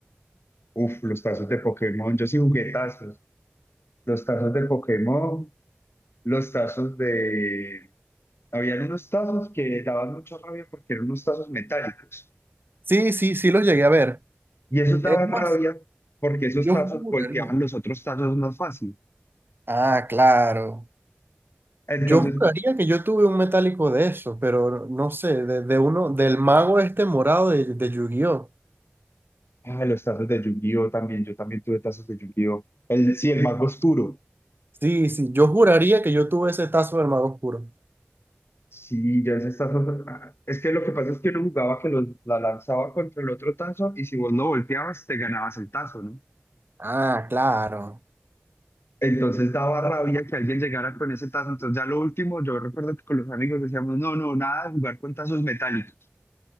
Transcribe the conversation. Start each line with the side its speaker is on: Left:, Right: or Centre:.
Left: Uf, los tazos de Pokémon. Yo sí jugué tazos. Los tazos de Pokémon, los tazos de, Habían unos tazos que daban mucha rabia porque eran unos tazos metálicos.
Right: Sí, sí, sí los llegué a ver.
Left: Y esos daban
Right: Es más,
Left: rabia porque esos
Right: yo
Left: tazos
Right: juraría.
Left: golpeaban los otros tazos más fácil.
Right: Ah, claro.
Left: Entonces,
Right: Yo juraría que yo tuve un metálico de eso, pero no sé, de, de uno, del mago este morado de, de Yu-Gi-Oh!
Left: ah, los tazos de Yu-Gi-Oh! también, yo también tuve tazos de Yu-Gi-Oh! El, sí, el mago oscuro.
Right: Sí, sí, yo juraría que yo tuve ese tazo del mago oscuro.
Left: Sí, ya esos tazos. ah, es que lo que pasa es que uno jugaba que los, la lanzaba contra el otro tazo y si vos no volteabas, te ganabas el tazo, ¿no?
Right: Ah, claro.
Left: Entonces daba rabia que alguien llegara con ese tazo. Entonces, ya lo último, yo recuerdo que con los amigos decíamos, no, no, nada de jugar con tazos metálicos.